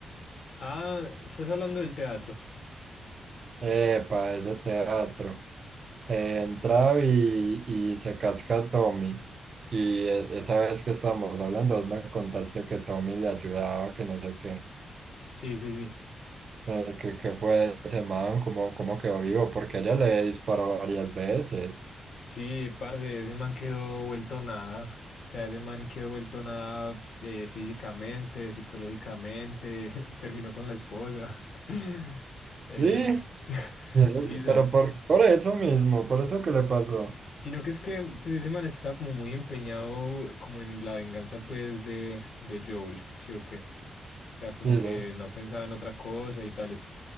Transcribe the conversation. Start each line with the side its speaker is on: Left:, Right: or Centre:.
Left: Ah, estás hablando del teatro.
Right: Epa, ese teatro. eh, entraba y, y se casca a Tommy. Y e- esa vez que estábamos hablando, vos me contaste que Tommy le ayudaba, que no sé qué,
Left: Sí, sí, sí.
Right: eh, que, que fue ese man, cómo, cómo quedó vivo, porque ella le disparó varias veces.
Left: Sí, parce, ese man quedó vuelto nada. O sea, ese man quedó vuelto nada eh, físicamente, psicológicamente, <laughs> terminó con la esposa. <laughs>
Right: Sí,
Left: Eh, <laughs>
Right: y eso-
Left: sí, ¿sabes?
Right: pero por, por eso mismo, por eso que le pasó.
Left: Sino que es que pues ese man está como muy empeñado como en la venganza pues de, de Joel, ¿sí o qué? O sea,
Right: Sí,
Left: como que
Right: sos.
Left: no pensaba en otra cosa y tales.